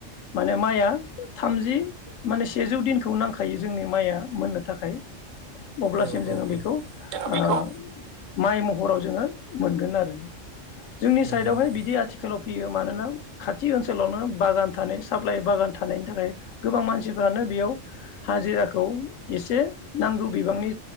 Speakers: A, on the left; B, on the right.
A: माने माइआ थामजि माने सेजौ दिनखौ नांखायो जोंनि माइया मोननो थाखाय। अब्लासिम
B: औ
A: जोङो
B: औ औ
A: बेखौ
B: जोङो बेखौ
A: आ माइ महराव जोङो मोनगोन आरो। जोंनि
B: नंगौ
A: साइडआवहाय
B: नंगौ
A: बिदि आथिालाव फोयो मानोना खाथि ओनसोलावनो बागान थानाय साप्लाइ बागान थानायनि थाखाय गोबां मानसिफ्रानो बेयाव हाजिराखौ एसे नांगौ बिबांनि